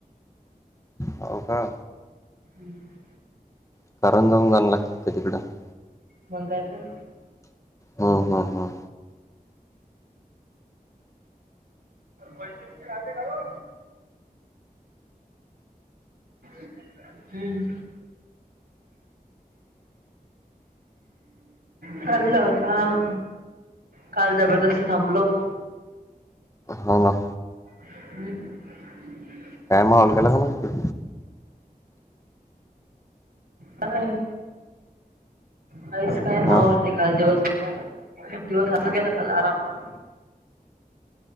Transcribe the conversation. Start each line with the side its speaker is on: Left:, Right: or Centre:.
Left: हाव का?
Right: <unintelligible>
Left: <unintelligible>
Right: मंग काय करू?
Left: हू हू हू.
Right: पैसे बिशे राहिले का हो? हम्. चाललोत आहोत, हा काल जबरदस्ती थांबलो.
Left: हो ना.
Right: हम्.
Left: काय मॉलला गेला का मग तू?
Right: काय नाही, कायच नाही मॉल
Left: हा
Right: नाही. काल दिवस बर दिवस हातून गेला काल आरामात.